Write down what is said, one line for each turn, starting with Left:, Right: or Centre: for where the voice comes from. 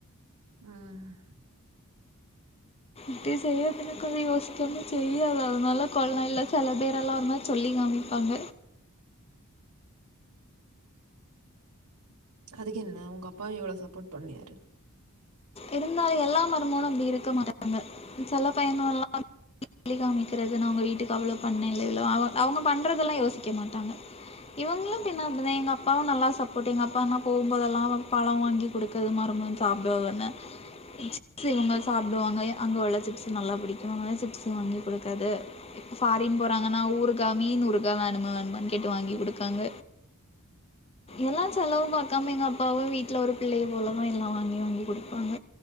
Right: ம்
Left: ட்டு செய்யதுன்னு யோஷ்சமு செய்யாலு அதனால கொழ இல்ல சில பேர் எல்லா ஒரு மாரி சொல்லியு காமிப்பாங்க
Right: அதுக்கு என்ன உங்க அப்பா எவ்ளோ சப்போட் பண்ணியாரு
Left: இருந்தாலு எல்லா மருமகனு அப்டி இருக்க மாட்டாங்க செல பயணோல்லா சொல்லி காம்மி இருக்கிறதுனு அவுங்க வீட்டுக்கு அவ்ளோ பண்ணே இல்ல இவ்ளோ அவு அவுங்க பண்ணறதெல்லா யோசிக்க மாட்டாங்க இவுங்களு பின்னப்பனே எங்க அப்பாவு நல்லா சப்போர்டிங் எங்க அப்பா நா போம்போதெல்லா பழம் வாங்கி குடுக்கது மருமகன் சாப்டவேன சிப்ஸ் இவுங்க சாப்புடுவாங்க அங்க உள்ள சிப்ஸ் நல்லா புடிக்கு அங்க சிப்ஸு வாங்கி குடுக்காது ஃபாரின் போறாங்கன்னா ஊறுகா மீன் ஊறுகா வேணும வேணுன் கேட்டு வாங்கி குடுக்காங்க எல்லா செலவு பாக்காம எங்க அப்பாவு வீட்ல ஒரு பிள்ளைய போலதா எல்லா வாங்கி வாங்கி குடு ப்பாங்க